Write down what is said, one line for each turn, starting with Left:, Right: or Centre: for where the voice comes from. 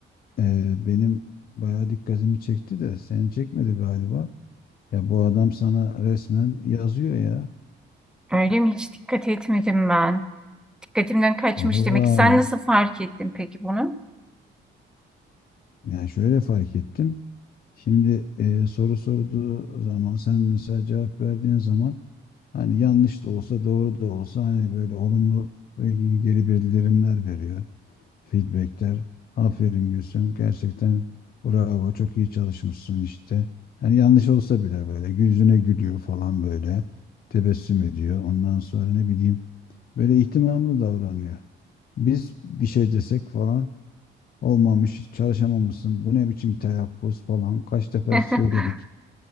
Left: e, benim bayağı dikkatimi çekti de seni çekmedi galiba. Ya bu adam sana resmen yazıyor ya.
Centre: Öyle mi? Hiç dikkat etmedim ben. Dikkatimden kaçmış
Left: Valla.
Centre: demek ki. Sen nasıl fark ettin peki bunu?
Left: Yani şöyle fark ettim. Şimdi e, soru sorduğu zaman sen mesela cevap verdiğin zaman Hani yanlış da olsa doğru da olsa hani böyle olumlu e, geri bildirimler veriyor. Feedbackler. Aferin Gülsüm. Gerçekten bravo çok iyi çalışmışsın işte. Hani yanlış olsa bile böyle yüzüne gülüyor falan böyle. Tebessüm ediyor. Ondan sonra ne bileyim böyle ihtimamlı davranıyor. Biz bir şey desek falan olmamış çalışamamışsın bu ne biçim telaffuz falan kaç defa
Centre: <laughs>
Left: söyledik